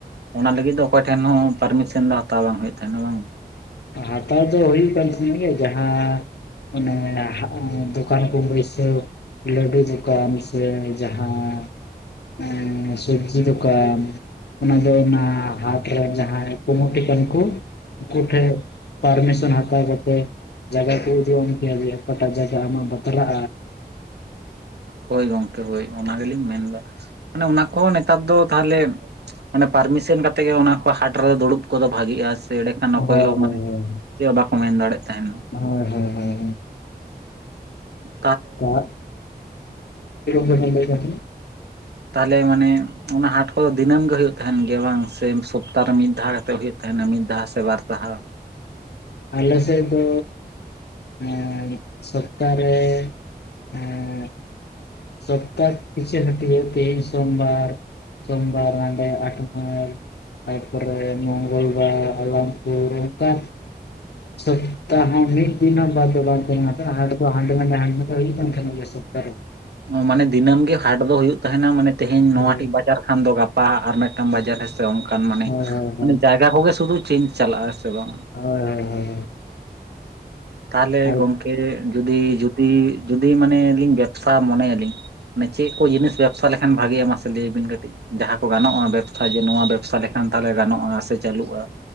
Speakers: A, on the right; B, on the left.
A: ᱚᱱᱟ ᱞᱟᱹᱜᱤᱫ ᱫᱚ ᱚᱠᱚᱭ ᱴᱷᱮᱱ ᱦᱚᱸ ᱯᱟᱨᱢᱤᱥᱚᱱ ᱫᱚ ᱦᱟᱛᱟᱣ ᱵᱟᱝ ᱦᱩᱭᱩᱜ ᱛᱟᱦᱮᱱᱟ, ᱵᱟᱝ
B: ᱦᱟᱛᱟᱣ ᱫᱚ ᱦᱩᱭᱩᱜ ᱠᱟᱱ ᱛᱤᱧᱟ, ᱡᱟᱦᱟᱸ ᱢᱟᱱᱮ ᱫᱚᱠᱟᱱ ᱠᱚᱢ ᱵᱟᱹᱭᱥᱟᱹᱣ ᱞᱟᱰᱩ ᱫᱚᱠᱟᱱ, ᱥᱮ ᱡᱟᱦᱟᱸ <unintelligible> ᱥᱚᱵᱡᱤ ᱫᱚᱠᱟᱱ, ᱚᱱᱟ ᱫᱚ ᱚᱱᱟ ᱦᱟᱴ ᱨᱮᱱ ᱡᱟᱦᱟᱸᱭ ᱠᱩᱢᱩᱴᱤ ᱠᱟᱱ ᱠᱚ, ᱩᱱᱠᱩ ᱴᱷᱮᱱ ᱯᱟᱨᱢᱤᱥᱚᱱ ᱦᱟᱛᱟᱣ ᱠᱟᱛᱮᱫ ᱡᱟᱭᱜᱟ ᱠᱚ ᱩᱫᱩᱜᱟᱢ ᱠᱮᱭᱟ ᱡᱮ ᱚᱠᱟᱴᱟᱜ ᱡᱟᱭᱜᱟ ᱟᱢᱟᱜ ᱵᱟᱛᱨᱟᱜᱼᱟ᱾
A: ᱦᱳᱭ ᱜᱚᱢᱠᱮ ᱦᱳᱭ, ᱚᱱᱟ ᱜᱮᱞᱤᱧ ᱢᱮᱱᱫᱟ ᱢᱟᱱᱮ ᱚᱱᱟ ᱠᱚᱦᱚᱸ ᱱᱮᱛᱟᱨ ᱫᱚ ᱛᱟᱦᱚᱞᱮ ᱢᱟᱱᱮ ᱯᱟᱨᱢᱤᱥᱮᱱ ᱠᱟᱛᱮ ᱜᱮ ᱚᱱᱟ ᱠᱚ ᱦᱟᱴ ᱨᱮ ᱫᱩᱲᱩᱵ ᱠᱚᱫᱚ ᱵᱷᱟᱹᱜᱤᱜᱼᱟ, ᱥᱮ ᱮᱸᱰᱮᱠᱷᱟᱱ
B: ᱦᱳᱭ
A: ᱚᱠᱚᱭ ᱦᱚᱸ
B: ᱦᱳᱭ
A: ᱢᱟᱱᱮ, ᱪᱮᱫ ᱦᱚᱸ ᱵᱟᱠᱚ ᱢᱮᱱ ᱫᱟᱲᱮᱜ ᱛᱟᱦᱮᱱᱟ <unintelligible>
B: ᱦᱳᱭ ᱦᱳᱭ ᱦᱳᱭ ᱦᱮ ᱠᱚᱚᱱ <unintelligible> <inaudible> ᱞᱟᱹᱭ
A: ᱛᱟᱦᱚᱞᱮ ᱢᱟᱱᱮ ᱚᱱᱟ ᱦᱟᱴ ᱠᱚᱫᱚ ᱫᱤᱱᱟᱹᱢ ᱜᱮ ᱦᱩᱭᱩᱜ ᱛᱟᱦᱮᱱ ᱜᱮᱭᱟ ᱵᱟᱝ, ᱥᱮ ᱥᱚᱯᱛᱟᱦ ᱨᱮ ᱢᱤᱫ ᱫᱷᱟᱣ ᱠᱟᱛᱮ ᱦᱩᱭᱩᱜ, ᱛᱟᱦᱮᱱᱟ ᱢᱤᱫ ᱫᱷᱟᱣ ᱥᱮ ᱵᱟᱨ ᱫᱷᱟᱣ ᱾
B: ᱟᱞᱮ ᱥᱮᱫ ᱫᱚ, ᱮ ᱥᱚᱯᱛᱟᱨᱮ <unintelligible> ᱥᱚᱯᱛᱟᱦ ᱯᱤᱪᱷᱮ ᱦᱟᱹᱴᱤ ᱦᱩᱭᱩᱜ ᱛᱟᱦᱤᱡ ᱥᱳᱢᱵᱟᱨ ᱥᱳᱢᱵᱟᱨ ᱱᱟᱰᱮ ᱟᱴ <unintelligible> ᱛᱟᱨᱯᱚᱨᱮ ᱢᱚᱝᱜᱚᱞ ᱵᱟᱨ ᱟᱞᱟᱢᱯᱩᱨ ᱚᱱᱠᱟ ᱥᱚᱯᱛᱟᱦᱚ ᱢᱤᱫ ᱫᱤᱱᱚ ᱵᱟᱫ ᱫᱚ ᱵᱟᱝ ᱠᱟᱱᱟ ᱦᱟᱴ ᱫᱚ ᱦᱟᱸᱰᱮ ᱱᱟᱸᱰᱮ ᱦᱟᱸᱰᱮ ᱱᱟᱸᱰᱮ ᱦᱩᱭᱩᱜ ᱠᱟᱱ ᱛᱟᱦᱮᱸᱱᱟ ᱜᱮᱥᱮ ᱥᱚᱯᱛᱟ ᱨᱮ᱾
A: ᱢᱟᱱᱮ ᱫᱤᱱᱟᱹᱢ ᱜᱮ ᱦᱟᱴ ᱫᱚ ᱦᱩᱭᱩᱜ ᱛᱟᱦᱮᱸᱱᱟ ᱢᱟᱱᱮ ᱛᱮᱦᱮᱧ
B: ᱦᱳᱭ
A: ᱱᱚᱣᱟ ᱴᱤᱡᱽ ᱵᱟ ᱡᱟᱨ ᱠᱷᱟᱱ ᱫᱚ ᱜᱟᱯᱟ ᱟᱨ ᱢᱤᱫᱴᱟᱝ ᱵᱟᱡᱟᱨ ᱦᱮᱸᱥᱮ ᱚᱱᱠᱟᱱ ᱢᱟᱱᱮ
B: ᱦᱳᱭ ᱦᱳᱭ ᱦᱳᱭ
A: ᱢᱟᱱᱮ ᱡᱟᱭᱜᱟ ᱠᱚᱜᱮ ᱥᱩᱫᱩ ᱪᱮᱧᱡᱽ ᱪᱟᱞᱟᱜᱼᱟ ᱥᱮ ᱵᱟᱝ?
B: ᱦᱳᱭ᱾ ᱦᱳᱭ ᱦᱳᱭ
A: ᱛᱟᱦᱚᱞᱮ
B: ᱦᱳᱭ ᱟᱨ
A: ᱜᱚᱝᱠᱮ ᱡᱩᱫᱤ ᱡᱩᱫᱤ ᱡᱩᱫᱤ ᱢᱟᱱᱮ ᱞᱤᱧ ᱵᱮᱵᱽᱥᱟ ᱢᱚᱱᱮᱭᱟᱞᱤᱧ, ᱢᱟᱱᱮ ᱪᱮᱫ ᱠᱚ ᱡᱤᱱᱤᱥ ᱵᱮᱵᱽᱥᱟ ᱞᱮᱠᱷᱟᱱ ᱵᱷᱟᱜᱮᱭᱟ ᱢᱟᱥᱮ ᱞᱟᱹᱭᱟᱵᱤᱱ ᱠᱟᱹᱴᱤᱡ? ᱡᱟᱦᱟᱸ ᱠᱚ ᱜᱟᱱᱚᱜᱼᱟ ᱵᱮᱵᱽᱥᱟ ᱡᱮ ᱱᱚᱣᱟ ᱵᱮᱵᱽᱥᱟ ᱞᱮᱠᱷᱟᱱ ᱛᱟᱦᱚᱞᱮ ᱜᱟᱱᱚᱜᱼᱟ ᱥᱮ ᱪᱟᱹᱞᱩᱜᱼᱟ?